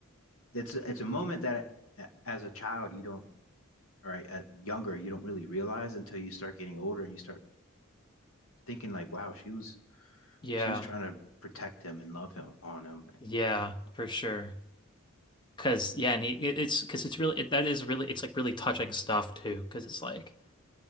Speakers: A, on the left; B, on the left.
A: it's it's a moment that uh, as a child you don't, or uh, younger you don't really realize until you start getting older and you start thinking like, "Wow, she was
B: Yeah.
A: she was trying to protect him and love him on him."
B: Yeah, for sure. Cause yeah, and he, it- it's 'cause it's really it, that is really it's like really touching stuff too. Cause it's like